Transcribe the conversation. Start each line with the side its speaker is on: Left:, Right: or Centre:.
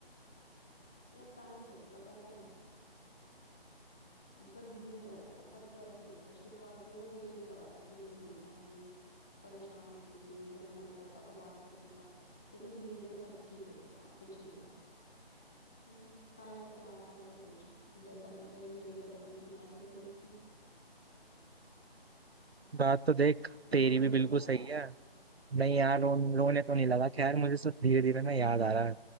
Centre: यार टाइम लगेगा पता है पर भूल जाएगा सबको ऐसे ही लगता है शुरुआत में ना मुझे भी लगा था कि नहीं भूल पाऊंगी परेशान होती थी भाई मन करता था बात करने का लेकिन धीरे धीरे सब ठीक हो गया अब कुछ नहीं है हम्म, काय का प्यार काय का कुछ जब बंदे ने मेरी कदर नहीं की मैं क्यों करूँ उसकी
Right: बात तो देख तेरी
Centre: रोने
Right: भी
Centre: तो
Right: बिल्कुल
Centre: नहीं लग गया
Right: सही है नहीं यार रो, रोने तो नहीं लगा खैर मुझे सब धीरे धीरे ना याद आ रहा है